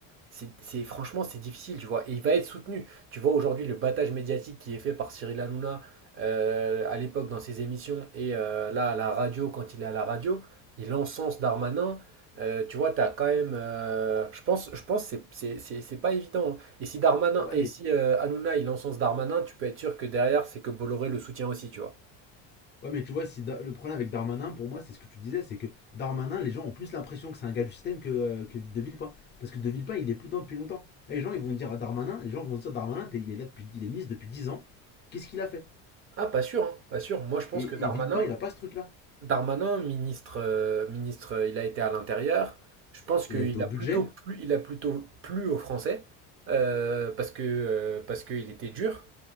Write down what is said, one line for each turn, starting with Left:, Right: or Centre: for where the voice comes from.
Right: c'est, c'est- franchement, c'est difficile, tu vois. Et il va être soutenu. Tu vois aujourd'hui le battage médiatique qui est fait par Cyril Hanouna euh, à l'époque dans ses émissions et euh, là à la radio, quand il est à la radio, il encense Darmanin. Euh, tu vois, t'as quand même. euh, je pense, je pense que c'est, c'est, c'est- c'est pas évident. hein. Et si Darmanin,
Left: Ouais,
Right: et
Left: mais
Right: si euh, Hanouna il encense Darmanin, tu peux être sûr que derrière c'est que Bolloré le soutient aussi, tu vois.
Left: Ouais, mais tu vois, si Da- le problème avec Darmanin, pour moi, c'est ce que tu disais, c'est que Darmanin, les gens ont plus l'impression que c'est un gars du système que, euh, que De Villepin. Parce que De Villepin, il est plus dedans depuis longtemps. Et les gens, ils vont dire à Darmanin, les gens vont se dire Darmanin, t'es- il est là depuis, il est ministre depuis 10 ans, qu'est-ce qu'il a fait
Right: Ah, pas sûr, hein, pas sûr. Moi, je pense
Left: et,
Right: que Darmanin,
Left: et Villepin, il a pas ce truc-là.
Right: Darmanin, ministre, euh, ministre, euh, il a été à l'intérieur. Je pense
Left: Il
Right: qu'il
Left: a été au
Right: a
Left: budget.
Right: plutôt plu, il a plutôt plu aux Français euh, parce que euh, parce qu'il était dur.